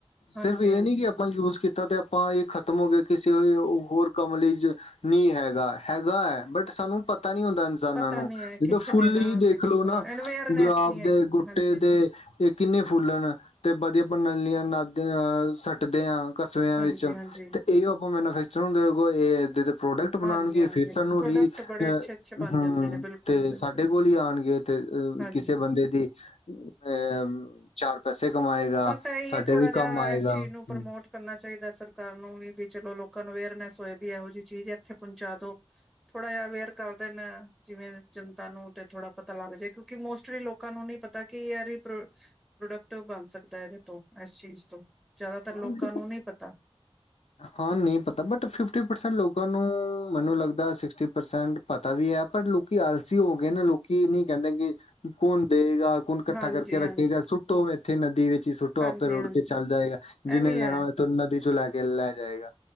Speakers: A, in the centre; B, on the left.
A: ਹਾਂਜੀ
B: ਸਿਰਫ ਇਹ
A: ਹਾਂਜੀ
B: ਨੀ ਕਿ ਆਪਾਂ ਯੂਜ ਕੀਤਾ ਤੇ ਆਪਾਂ ਏਹ ਖ਼ਤਮ ਹੋ ਗਏ ਕਿਸੇ ਹੋਰ ਕੰਮ ਲਈ ਜ ਨੀ ਹੈਗਾ, ਹੈਗਾ ਏ ਬਟ ਸਾਨੂੰ ਪਤਾ ਤਾ ਨਈ ਹੁੰਦਾ ਇਨਸਾਨਾਂ
A: ਪਤਾ
B: ਨੂੰ
A: ਨੀ ਹੈ
B: ਜਦੋਂ
A: ਕਿੱਥੇ
B: ਫੁੱਲ
A: ਦੇਣਾ
B: ਈ
A: ਅਸੀਂ
B: ਦੇਖਲੋ
A: ਬਿਲਕੁਲ
B: ਨਾ
A: ਅਵੇਅਰਨੈਸ
B: ਗੁਲਾਬ
A: ਨਹੀਂ ਹੈਗੀ
B: ਦੇ, ਗੁਟੇ
A: ਹਾਂਜੀ
B: ਦੇ ਏਹ ਕਿੰਨੇ ਫੁੱਲਨ ਤੇ ਵਧੀਆ ਪ੍ਰਣਾਲੀਆਂ ਨਾਗ ਅ ਸੱਟਦੇ ਆ। ਕਚਰਿਆਂ
A: ਹਾਂਜੀ
B: ਵਿੱਚ,
A: ਹਾਂਜੀ
B: ਤੇ ਏਓ ਆਪਾਂ ਨੂੰ ਮੈਨੂਫੈਕਚਰ ਹੁੰਦੇ ਏ ਪ੍ਰੋਡਕਟ ਬਣਾਣਗੇ
A: ਹਾਂਜੀ ਹਾਂਜੀ
B: ਫੇਰ ਸਾਨੂੰ
A: ਪ੍ਰੋਡਕਟ
B: ਰੀ
A: ਬੜੇ
B: ਅ
A: ਅੱਛੇ ਅੱਛੇ ਬਣ
B: ਹੂੂ
A: ਜਾਂਦੇ ਨੇ ਬਿਲਕੁਲ
B: ਤੇ
A: ਬਿਲਕੁਲ
B: ਸਾਡੇ ਕੋਲ ਈ ਆਣਗੇ ਤੇ ਅ
A: ਹਾਂਜੀ
B: ਕਿਸੇ ਬੰਦੇ ਦੀ ਅਮ ਚਾਰ ਪੈਸੇ ਕਮਾਏਗਾ।
A: ਬਸ ਇਹੀ
B: ਸਾਡੇ
A: ਹੈ ਥੋੜਾ
B: ਵੀ
A: ਜਿਆ
B: ਕੰਮ ਆਏਗਾ
A: ਐਸ ਚੀਜ਼
B: ਹੂੰ।
A: ਨੂੰ ਪ੍ਰਮੋਟ ਕਰਨਾ ਚਾਈਦਾ ਸਰਕਾਰ ਨੂੰ ਵੀ ਵੀ ਚਲੋ ਲੋਕਾਂ ਨੂੰ ਅਵੇਅਰਨੈਸ ਹੋਏ ਵੀ ਐਹੋ ਜੀ ਚੀਜ਼ ਏਥੇ ਪਹੁੰਚਾ ਦੋ। ਥੋੜਾ ਜਿਆ ਅਵੇਅਰ ਕਰ ਦੇਨ ਜਿਵੇਂ ਜਨਤਾ ਨੂੰ ਤੇ ਥੋੜਾ ਪਤਾ ਲੱਗ ਜੇ, ਕਿਉਂਕਿ ਮੋਸਟਲੀ ਲੋੋਕ ਲੋਕਾਂ ਨੂੰ ਨੀ ਪਤਾ ਕੀ ਐ ਰੀ ਪ੍ਰੋਡਕਟ ਬਣ ਸਕਦਾ। ਸਕਦਾ ਐਦੇ ਤੋਂ ਐਸ ਚੀਜ਼ ਤੋਂ, ਜ਼ਾਦਾਤਰ
B: ਹਾਂ
A: ਲੋਕਾਂ
B: ਦੇਖੋ
A: ਨੂੰ ਨੀ ਪਤਾ।
B: ਹਾਂ ਨਈ ਪਤਾ ਬਟ ਫਿਫਟੀ ਪਰਸੈਂਟ ਲੋਕਾਂ ਨੂੰ ਮੈਨੂੰ ਲਗਦਾ ਸਿਕਸਟੀ ਪਰਸੈਂਟ ਪਤਾ ਵੀ ਐ, ਪਰ ਲੋਕੀ ਆਲਸੀ ਹੋ ਗਏ ਨੇ, ਲੋਕੀ ਏ ਨੀ ਕੈਂਦੇ ਕੀ ਕੌਣ ਦਏਗਾ। ਕੋਣ ਕੱਠਾ
A: ਹਾਂਜੀ
B: ਕਰਕੇ ਰੱਖੇਗਾ,
A: ਹਾਂਜੀ
B: ਸੁੱਟੋ ਐਥੇ ਨਦੀ ਵਿੱਚ ਈ ਸੁੱਟੋ,
A: ਹਾਂਜੀ
B: ਆਪੇ ਰੁੜ
A: ਹਾਂਜੀ
B: ਕੇ ਚੱਲ ਜਾਏਗਾ। ਜਿੰਨੇ
A: ਇਹ ਵੀ
B: ਲੈਣਾ
A: ਹੈ
B: ਤੋ ਨਦੀ 'ਚੋ ਲੈ ਕੇ ਲੈ ਜਾਏਗਾ।